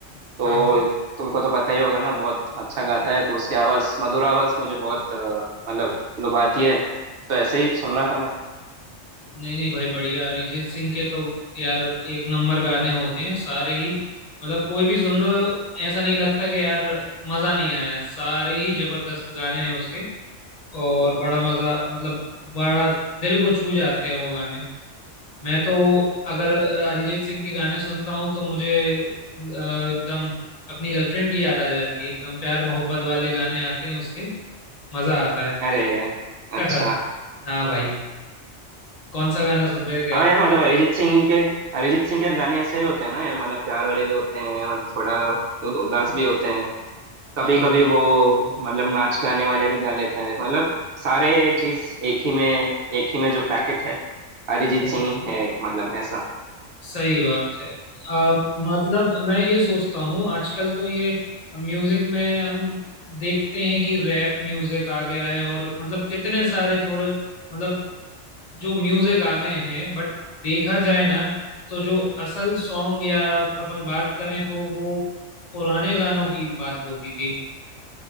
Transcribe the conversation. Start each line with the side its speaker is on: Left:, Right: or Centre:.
Right: तो
Left: हाँ हाँ
Right: तुमको तो पता ही होगा ना बहुत अच्छा गाता है तो उसकी आवाज मधुर आवाज मुझे बहुत अ, मतलब लुभाती है तो ऐसे ही सुन रहा था मैं
Left: नहीं नहीं भाई बढ़िया अरिजीत सिंह के तो यार एक नंबर गाने होते हैं सारे ही मतलब कोई भी सुन लो ऐसा नहीं लगता कि यार मज़ा नहीं आया सारे ही जबरदस्त गाने हैं उसके और बड़ा मज़ा मतलब बड़ा दिल को छू जाते हैं वो गाने मैं तो अगर अ, अरिजीत सिंह के गाने सुनता हूँ तो मुझे अ, एकदम अपनी गर्लफ्रेंड की याद आ जाती है एकदम प्यार मोहब्बत वाले गाने आते हैं उसके मजा आता है
Right: अरे
Left: <laughs>
Right: अच्छा
Left: हाँ भाई कौन सा गाना सुन रहे थे
Right: हाँ
Left: आप
Right: यार मतलब अरिजीत सिंह के अरिजीत सिंह के गाने ऐसे ही होते हैं ना यार मतलब प्यार वाले भी होते हैं और थोड़ा उ- उदास भी होते हैं कभी
Left: हाँ हाँ
Right: कभी
Left: हाँ,
Right: वो मतलब नाच गाने वाले भी गा लेता है मतलब सारे चीज एक ही में एक ही में जो पैकेट है अरिजीत
Left: सही
Right: सिंह है एक मतलब ऐसा
Left: सही बात है आ, मतलब मैं ये सोचता हूँ आजकल तो ये म्यूजिक में हम देखते हैं कि रैप म्यूजिक आ गया है और मतलब कितने सारे थोड़े मतलब जो म्यूजिक आ गए हैं बट देखा जाए ना तो जो असल सॉन्ग या अपन बात करें तो वो पुराने गानों की बात होती थी